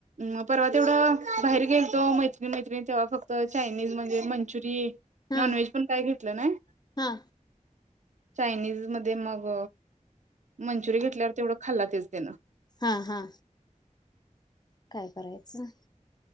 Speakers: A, on the right; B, on the left.
A: म परवा तेवढं बाहेर गेलतो मैत्रिणी मैत्रिणी तेव्हा फक्त चायनीज म्हणजे मंचुरी
B: हं
A: नॉन व्हेज पण काय घे नाय
B: हां
A: चायनीज मध्ये मग मंचुरी घेतल्यावर तेवढं खाल्ला तेज त्यान
B: हा हा काय? करायचं